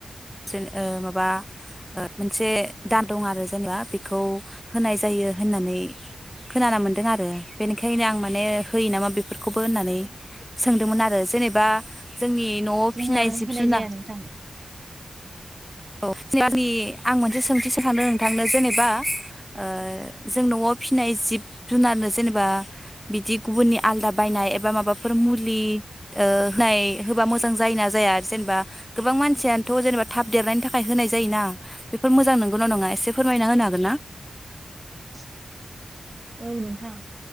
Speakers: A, in the centre; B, on the right.
A: जेन ओ माबा मोनसे दान दं आरो जेनेबा बेखौ होनाय जायो होननानै खोनाना मोनदों आरो बेनिखायनो आं माने होयो नामा बेफोरखौबो होननानै सोंदोंमोन आरो जेनेबा जोंनि नआव
B: जोंहा
A: फिनाय जिब
B: होनाय
A: जुनार
B: जाया नोंथां
A: औ आं मोनसे सोंथि सो सांदों नोंथांनो जेनेबा ओ जों नआव फिनाय जिब जुनारनो जेनेबा बिदि गुबुननि आलदा बायनाय एबा माबाफोर मुलि ओ होनाय होबा मोजां जायो ना जाया आरो जेनेबा गोबां मानसियानोथ जेनेबा थाब देरनायनि थाखाय थाखाय होनाय जायो ना बेफोर मोजां नंगौना नङा एसे फोरमायना होनो हागोन ना
B: <inaudible> औ नोंथां